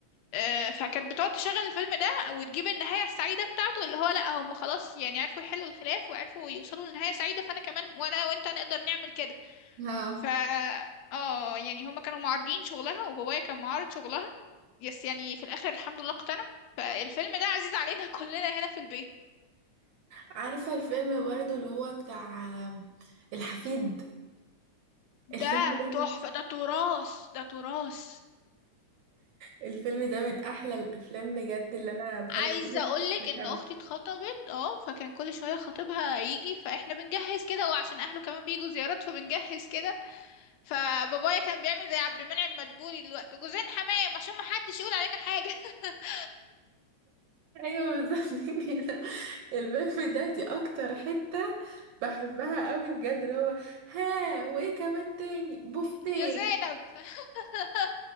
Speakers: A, on the left (about 75°); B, on the right (about 70°).
A: آه فكانت بتقعد تشغل الفيلم ده وتجيب النهاية السعيدة بتاعته اللي هو لأ هم خلاص يعني عرفوا يحلوا الخلاف وعرفوا يوصلوا لنهاية سعيدة فأنا كمان وأنا وأنت نقدر نعمل كده
B: اه
A: ف اه يعني هما كانوا معارضين شغلها وبابايا كان معارض شغلها يس يعني في الآخر الحمد لله اقتنع فالفيلم ده عزيز علينا <laughs> كلنا هنا في البيت
B: عارفة الفيلم برضو اللي هو بتاع آه، الحفيد الفيلم
A: ده
B: ده
A: تحفة ده تراث ده تراث
B: الفيلم ده من احلى الافلام بجد اللي انا بحب
A: عايزة اقولك ان
B: أوي.
A: اختي اتخطبت اه فكان كل شوية خطيبها يجي فاحنا بنجهز كده وعشان اهله كمان بيجوا زيارات فبنجهز كده فبابايا كان بيعمل زي عبد المنعم مدبولي دلوقتي جوزين حمام عشان ما حدش يقول علينا حاجة <laughs>
B: ايوه بالظبط <laughs> كده الفيلم ده دي اكتر حتة بحبها قوي بجد اللي هو ها وايه كمان تاني بوفتيك
A: يا زينب <laughs>